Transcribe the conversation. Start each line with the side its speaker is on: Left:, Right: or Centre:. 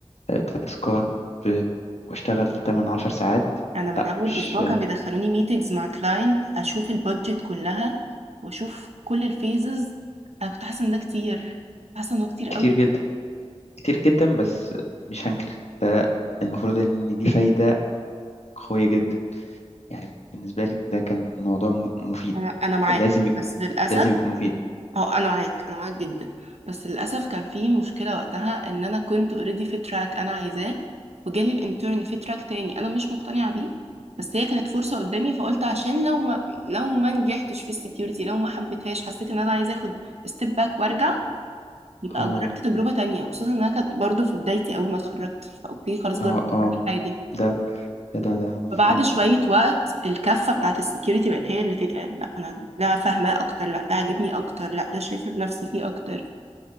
Left: آه، تاسكات ب- واشتغل 8 10 ساعات
Right: انا من
Left: لا
Right: اول
Left: مش
Right: اسبوع كان
Left: آه،
Right: بيدخلوني ميتينجز مع كلاينت اشوف البادجت كلها واشوف كل الفيزز انا كنت حاسه ان ده كتير حاسه ان هو كتير قوي
Left: كتير جدا كتير جدا بس مش هنكر ده المفروض ان دي فايدة قوية جدا يعني بالنسبة لي ده كان موضوع م- مفيد
Right: انا انا معاك
Left: لازم ي-
Right: بس للاسف
Left: لازم يكون مفيد
Right: اه انا معاك انا معاك جدا بس للاسف كان في مشكله وقتها ان انا كنت اوريدي في تراك انا عايزاه وجالي الانترن في تراك تاني انا مش مقتنعه بيه بس هي كانت فرصه قدامي فقلت عشان لو ما لو ما نجحتش في السكيورتي لو ما حبيتهاش حسيت ان انا عايزه اخد ستيب باك وارجع يبقى
Left: اه
Right: جربت تجربة تانية وخصوصا انها كانت برضو في بدايتي اول ما اتخرجت فاوكي خلاص جربت
Left: اه اه
Right: كل حاجة
Left: ده ده ده, ده مفهوم
Right: فبعد شوية وقت الكفة بتاعت السكيورتي بقت هي اللي تتقال لا انا ده فاهماه اكتر لا ده عاجبني اكتر لا ده شايفة نفسي فيه اكتر